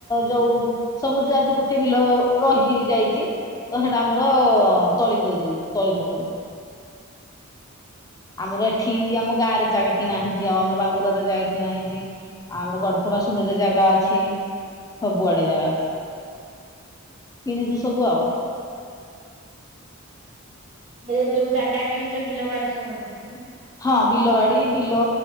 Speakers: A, on the left; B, on the right.
A: ଯୋଉ ସବୁ ଜୁ ଆଜିି ଗୋଟେ ବିଲ ରହି ଯାଇଚି ତ ହେଟା ଆମର ତଳି ଦେଇ ଦଉ ତଳି ପକଉ। ଆମର ଏଠି ଆମ ଗାଁ ରେ ଜାଗା କିଣା ହେଇଚି ଆଉ ଆମର ବାଙ୍ଗୁରରେ ଜାଗା କିଣା ହେଇଚି ଆଉ ଆମର ଗଡପ ପଳାଶୁଣୀ ରେ ଜାଗା ଅଛି ସବୁ ଆଡେ ଜାଗା ଅଛି। କିଣିଚୁ ସବୁ ଆଉ।
B: ଏବେ ଯୋଉ ଜାଗା କିଣିଚ ବିଲ ବାରି ସହ କକା
A: ହଁ ବିଲବାଡ଼ି ଡି ବିଲ